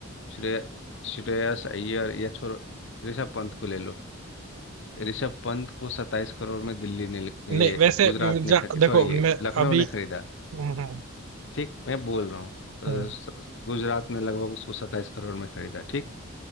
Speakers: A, on the left (about 60°); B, on the right (about 80°).
A: श्रेय श्रेयस अय्यर या छोड़ो ऋषभ पंत को ले लो ऋषभ पंत को सत्ताईस करोड़ में दिल्ली ने
B: नहीं
A: ये
B: वैसे
A: गुजरात
B: जा,
A: ने खरीद
B: देखो
A: सॉरी
B: मैं
A: ये लखनऊ
B: अभी
A: ने खरीदा
B: हम्म हम्म,
A: ठीक मैं बोल रहा हूँ अ,
B: हम्म,
A: स- गुजरात ने लगभग उसको सत्ताईस करोड़ में खरीदा ठीक